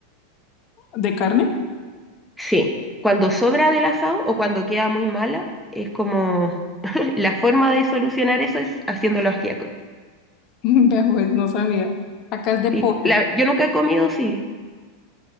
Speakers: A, on the left (about 40°); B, in the centre.
A: ¿De carne?
B: Sí. Cuando sobra del asado o cuando queda muy mala, es como <laughs> la forma de solucionar eso es haciéndolo ajiaco.
A: <laughs> Vea, pues no sabía. Acá es de
B: Sí.
A: pollo.
B: La- yo nunca he comido, sí.